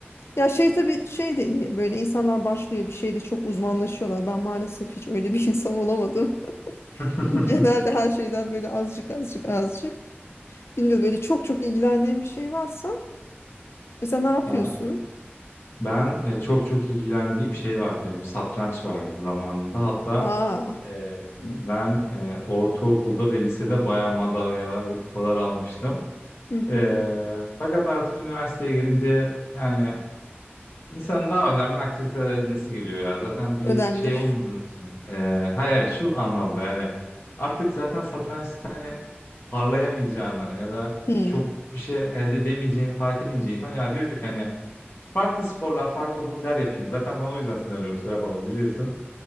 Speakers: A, on the left (about 80°); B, on the left (about 70°).
A: Ya şey tabii şey de iyi. Böyle insanlar başlıyor bir şeyde çok uzmanlaşıyorlar. Ben maalesef hiç öyle bir <laughs> insan olamadım.
B: <laughs>
A: <laughs> Genelde her şeyden böyle azıcık azıcık azıcık. Bilmiyorum böyle çok çok ilgilendiğin bir şey varsa mesela ne yapıyorsun?
B: Ya ben e, çok çok ilgilendiğim şey vardı benim satranç vardı zamanında hatta
A: Aa.
B: e,
A: Hı
B: ben e, ortaokulda ve lisede bayağı madalyalar ve kupalar almıştım.
A: hı. hı.
B: E, fakat artık üniversiteye girince yani insanın daha önemli aktiviteler edinmesi geliyor ya zaten bir
A: Önemli.
B: şey olmadığı için. E, hayır şu anlamda yani artık zaten satrançta hani parlayamayacağını ya da
A: Hı.
B: çok bir şey elde edemeyeceğini fark edince insan ya diyor ki hani farklı sporlar, farklı hobiler yapayım. Zaten ben o yüzden seni arıyorum Serap abla biliyorsun.